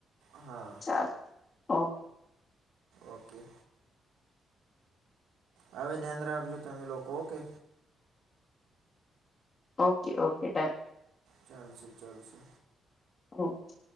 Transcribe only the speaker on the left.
ચાલો ઓકે.
Okay okay done.
ઓકે.